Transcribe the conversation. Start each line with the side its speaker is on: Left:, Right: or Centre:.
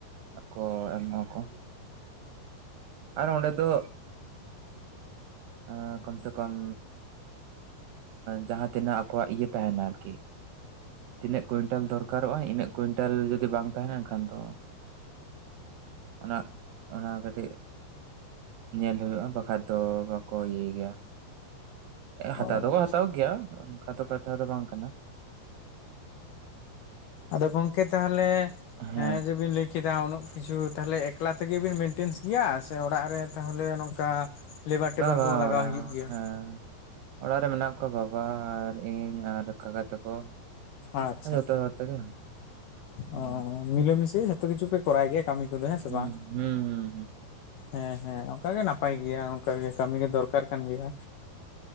Right: ᱠᱚ ᱮᱢᱦᱚ ᱠᱚ ᱟᱨ ᱚᱸᱰᱮ ᱫᱚ ᱮ ᱠᱚᱢ ᱥᱮ ᱠᱚᱢ ᱡᱟᱦᱟᱸ ᱛᱤᱱᱟᱹᱜ ᱠᱚᱣᱟᱜ ᱤᱭᱟᱹ ᱛᱟᱦᱮᱱᱟ ᱟᱨᱠᱤ ᱛᱤᱱᱟᱹᱜ ᱠᱩᱱᱴᱮᱞ ᱫᱚᱨᱠᱟᱨᱚᱜᱼᱟ ᱤᱱᱟᱹᱜ ᱠᱩᱱᱴᱟᱞ ᱡᱩᱫᱤ ᱵᱟᱝ ᱛᱟᱦᱮᱱᱟ ᱠᱷᱟᱱ ᱫᱚ ᱚᱱᱟ ᱚᱱᱟ ᱠᱟᱹᱴᱤᱡ ᱧᱮᱞ ᱦᱩᱭᱩᱜᱼᱟ ᱵᱟ ᱟᱫᱚ ᱵᱟᱠᱚ ᱤᱭᱟᱭ ᱜᱮᱭᱟ ᱦᱟᱛᱟᱣ
Left: ᱚ
Right: ᱫᱚ ᱠᱚ ᱦᱟᱛᱟᱣ ᱜᱮᱭᱟ ᱚᱱᱠᱟ ᱫᱚ ᱠᱟᱛᱷᱟ ᱫᱚ ᱵᱟᱝ ᱠᱟᱱᱟ
Left: ᱟᱫᱚ ᱜᱚᱝᱠᱮ ᱛᱟᱦᱚᱞᱮ
Right: ᱦᱮᱸ
Left: ᱦᱮᱸᱜᱮ ᱡᱮ ᱵᱤᱱ ᱞᱟᱹᱭ ᱠᱮᱫᱟ ᱩᱱᱟᱹᱜ ᱠᱤᱪᱷᱩ ᱛᱟᱦᱞᱮ ᱮᱠᱞᱟ ᱛᱮᱜᱮ ᱵᱮᱱ ᱢᱮᱱᱴᱮᱱᱥ ᱠᱮᱭᱟ ᱥᱮ ᱚᱲᱟᱜ ᱨᱮ ᱛᱟᱦᱚᱞᱮ ᱱᱚᱝᱠᱟ ᱞᱮᱵᱟᱨ ᱴᱮᱵᱟᱨ
Right: ᱵᱟ ᱵᱟ
Left: ᱠᱚ ᱞᱟᱜᱟᱣ
Right: ᱚᱲᱟᱜ
Left: ᱦᱩᱭᱩᱜ ᱜᱮᱭᱟ?
Right: ᱦᱮᱸ ᱚᱲᱟᱜ ᱨᱮ ᱢᱮᱱᱟᱜ ᱠᱚᱣᱟ ᱵᱟᱵᱟ ᱟᱨ ᱤᱧ ᱟᱨ ᱠᱟᱠᱟ ᱛᱟᱠᱚ
Left: ᱟᱪᱪᱷᱟ
Right: ᱡᱚᱛᱚ ᱦᱚᱲ ᱛᱮᱜᱮ ᱦᱩᱸ
Left: ᱚ ᱢᱤᱞᱟᱹᱢᱤᱥᱮ ᱡᱷᱚᱛᱚ ᱠᱤᱪᱷᱩ ᱯᱮ ᱠᱚᱨᱟᱣ ᱜᱮᱭᱟ ᱠᱟᱹᱢᱤ ᱠᱚᱫᱚ ᱦᱮᱸ ᱥᱮ
Right: ᱦᱩᱸ
Left: ᱵᱟᱝ?
Right: ᱦᱩᱸ
Left: ᱦᱮᱸ ᱦᱮᱸ ᱚᱱᱠᱟᱜᱮ ᱱᱟᱯᱟᱭ ᱜᱮᱭᱟ ᱚᱱᱠᱟᱜᱮ ᱠᱟᱹᱢᱤ ᱜᱮ ᱫᱚᱨᱠᱟᱨ ᱠᱟᱱ ᱜᱮᱭᱟ